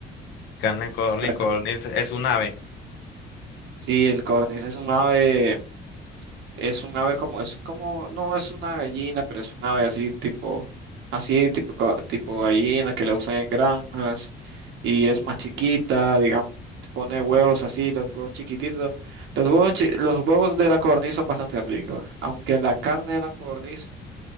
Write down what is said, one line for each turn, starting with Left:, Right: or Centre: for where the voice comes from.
Left: Carne de codorniz,
Right: La
Left: codorniz, es un ave.
Right: Sí, el cornis es un ave, es un ave como, es como, no es una gallina, pero es un ave así tipo, así tipo, tipo gallina que le usan en granjas y es más chiquita, digamos, pone huevos así, los huevos chiquititos. Los huevos, chi- los huevos de la cornis son bastante ricos, aunque la carne de la cornis